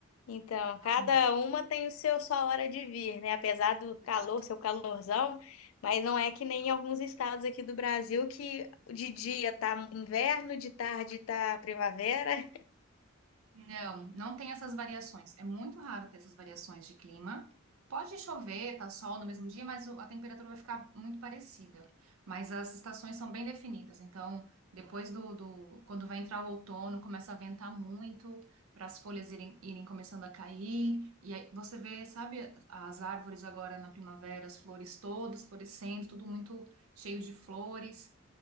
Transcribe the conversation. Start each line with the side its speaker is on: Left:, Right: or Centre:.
Left: Então,
Right: Exatamente.
Left: cada uma tem o seu sua hora de vir, né? Apesar do
Right: Exato.
Left: calor, seu calorzão, mas não é que nem em alguns estados aqui do Brasil que de dia tá inverno, de tarde tá primavera.
Right: Não, não tem essas variações. É muito raro ter essas variações de clima. Pode chover, tá sol no mesmo dia, mas o- a temperatura vai ficar muito parecida. Mas as estações são bem definidas. Então, depois do, do- quando vai entrar o outono, começa a ventar muito para as folhas irem, irem começando a cair. E aí você vê, sabe, as árvores agora na primavera, as flores todas florescendo, tudo muito cheio de flores.